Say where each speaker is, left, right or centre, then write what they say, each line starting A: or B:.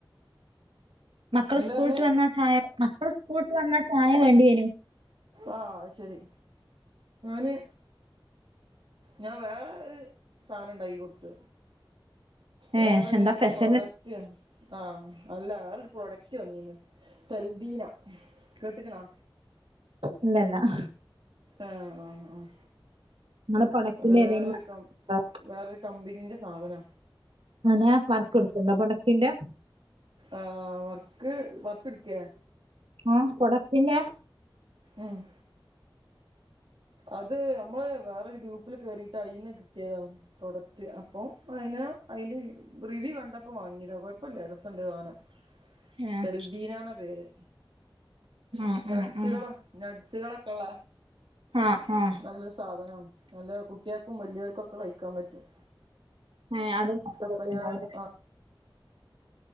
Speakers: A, on the right; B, on the right.
A: മക്കൾ
B: എന്താ
A: സ്കൂളട്ടിൽ
B: പറഞ്ഞേ
A: വന്ന ചായ മക്കൾ സ്കൂളട്ടിൽ വന്നാ ചായ വേണ്ടിവ വരും.
B: ആന് ശരി ന് ഞാൻ വേറെ ഒരു സാധനം ഉണ്ടാക്ക കൊടുത്ത വേറരു
A: ഏ എന്താ സ്പെഷ്യൽ
B: പ്രോഡക്റ്റ് റ്റ് ആഹ് അല്ല വേറൊരു പ്രോഡക്റ്റ് വന്നീനു. തൽദീന കേട്ട്ക്കുണോ
A: ഇല്ലല്ലാഹ്.
B: ആഹ് ആഹ് ആഹ്
A: നിങ്ങളെ പ്രൊഡക്റ്റിന്റെ
B: അത് വേറൊരുക്കം
A: ഏതേലും വർക്കോ
B: വേറൊ കമ്പിന്റെ സാധന
A: ആനെ വർക്കൊടുക്കുണ്ടോ പടത്തിന്റെ
B: ആ വർക്ക് വർക്ക്ട്ക്കേ?
A: ആഹ് കൊടത്തിന്റെ
B: മം അത് നമ്മള് വേറൊരു ഗ്രൂപ്പില് കേറിയിട്ട് അയി നിന്ന് കിട്ടിയതാണ് പ്രൊഡക്റ്റ് അപ്പം അതിന്റെ റിവ്യൂ കണ്ടപ്പോ വാങ്ങിയതാ കുഴപ്പംല്ല ദസ് സാധനം
A: ഏഹ്
B: തെൽബീനണ പേര്
A: ആഹ്
B: നസ്സുകളാ
A: ആഹ് ആഹ്
B: നട്സുകളൊക്കെ ഉള്ള
A: ആഹ് ആഹ്
B: നല്ലൊരു സാധനം നല്ല കുട്ടികൾക്കും വലിയവർക്കുംക്കെ കഴിക്കാൻ പറ്റും
A: ആഹ് അതും <unintelligible>
B: അപ്പൊ ഞാൻ ആഹ്